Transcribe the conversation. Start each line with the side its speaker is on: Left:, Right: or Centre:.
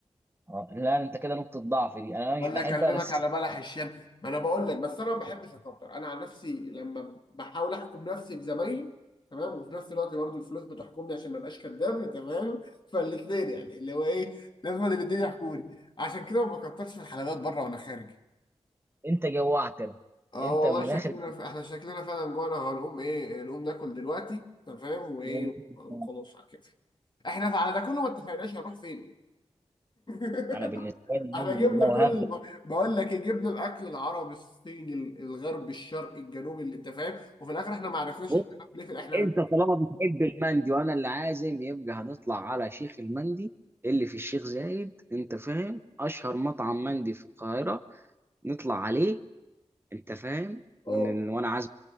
Right: آه، لا انت كده نقطه ضعف دي انا
Left: ولا
Right: مش بحبها
Left: اكلمك
Right: بس
Left: على بلح
Right: <laughs>
Left: الشام ما انا بقول لك بس انا ما بحبش اكتر انا عن نفسي لما بحاول احكم نفسي بزمايلي تمام وفي نفس الوقت برضه الفلوس بتحكمني عشان ما ابقاش كداب تمام فالاثنين يعني اللي هو ايه لازم الاثنين يحكوني عشان كده ما بكترش في الحلويات بره وانا خارج
Right: انت جوعتنا
Left: اه
Right: انت
Left: والله
Right: من الاخر
Left: شكلنا ف... احنا شكلنا فعلا جوعنا هنقوم ايه نقوم ناكل دلوقتي تمام وايه
Right: <laughs>
Left: وخلاص على كده احنا على ده كله ما اتفقناش هنروح فين <laughs>
Right: انا بالنسبه لي
Left: احنا
Right: لو
Left: جبنا
Right: لو
Left: كل
Right: هبدا
Left: بقول لك إيه، جبنا الاكل العربي الصيني الغربي الشرقي الجنوبي اللي انت فاهم وفي الاخر احنا ما عرفناش
Right: بص،
Left: احنا هناكل ايه في الاخر. احنا هناكل-
Right: انت طالما بتحب المندي وانا اللي عازم يبقى هنطلع على شيخ المندي اللي في الشيخ زايد انت فاهم اشهر مطعم مندي في القاهره نطلع عليه انت فاهم
Left: اه
Right: وان وانا عازمك